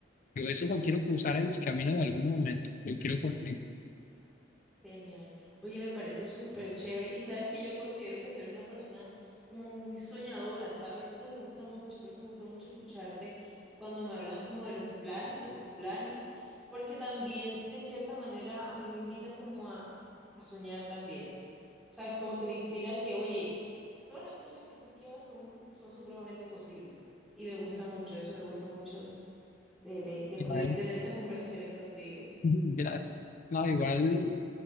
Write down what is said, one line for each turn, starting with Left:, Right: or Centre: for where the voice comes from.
Left: yo eso lo quiero cruzar en mi camino de algún momento, lo quiero cumplir.
Centre: genial. Oye, me parece súper chévere. Y sabes que yo considero que tú eres una persona como muy soñadora, ¿sabes? Eso me gusta mucho, por eso me gusta mucho escucharte cuando me hablas como de los planes, de tus planes, porque también de cierta manera a mí me invita como a, a soñar también, ¿sabes? Como que me inspira que, oye, todas las cosas que tú quieras son, son supremamente posibles. Y me gusta mucho, eso me gusta mucho de, de, de poder
Left: Ay,
Centre: tener estas conversaciones contigo.
Left: <laughs> gracias. No, igual